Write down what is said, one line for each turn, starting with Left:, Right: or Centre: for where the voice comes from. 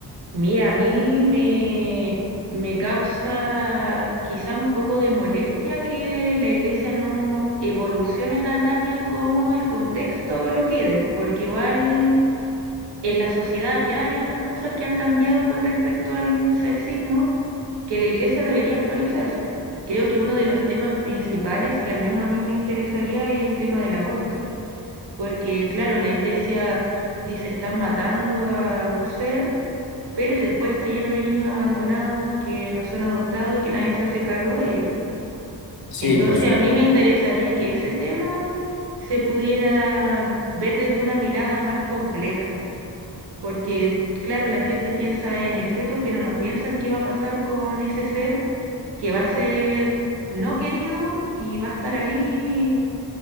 Right: Mira, a mí me, me causa quizás un poco de molestia que la iglesia no evolucione tan rápido como el contexto lo pide, porque igual en la sociedad ya hay hartas cosas que han cambiado con respecto al sexismo que la iglesia debería actualizarse. Creo que uno de los temas principales que al menos a mí me interesaría es el tema del aborto, porque claro, la iglesia dice están matando a un ser pero y después está lleno de niños abandonados que no son adoptados y que nadie se hace cargo de ellos.
Left: Sí,
Right: Entonces
Left: por supuesto
Right: a mí me interesaría que ese tema se pudiera ver desde una mirada más completa, porque claro, la gente piensa en el feto, pero no piensa en qué va a pasar con ese ser que va a ser no querido y va a estar ahí